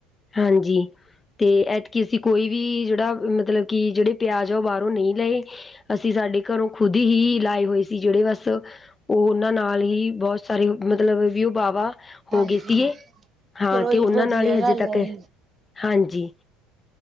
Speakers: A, on the left; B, on the right.
A: ਹਾਂਜੀ। ਤੇ ਐਤਕੀ ਅਸੀਂ ਕੋਈ ਵੀ ਜਿਹੜਾ ਮਤਲਬ ਕਿ ਜਿਹੜੇ ਪਿਆਜ ਆ ਉਹ ਬਾਹਰੋਂ ਨਹੀਂ ਲਏ। ਅਸੀਂ ਸਾਡੇ ਘਰੋਂ ਖੁਦ ਹੀ ਲਾਏ ਹੋਏ ਸੀ ਜਿਹੜੇ ਬਸ ਓ ਉਹਨਾਂ ਨਾਲ ਹੀ ਬਹੁਤ ਸਾਰੇ, ਮਤਲਬ ਵੀ ਉਹ ਬਾਹਵਾ ਹੋਗੇ
B: ਹਾਂਜੀ
A: ਸੀਗੇ ਹਾ,
B: ਚਲੋ
A: ਤੇ
B: ਜੀ
A: ਉਹਨਾ
B: ਵਧੀਆ
A: ਨਾਲ ਹੀ ਹਜੇ
B: ਗੱਲ
A: ਤੱਕ
B: ਹੈ ਜੀ
A: ਹਾਂਜੀ,